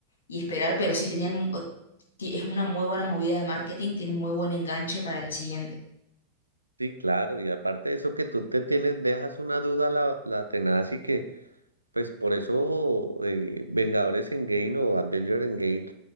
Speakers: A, on the left; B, on the right.
A: y esperar, pero sí tenían, o- ti- es una muy buena movida de marketing, tiene muy buen enganche para la siguiente.
B: sí, claro, y aparte de eso que tú te tienes, dejas una duda la, la tenaz y que, pues por eso eh, Vengadores Endgame o Avengers Endgame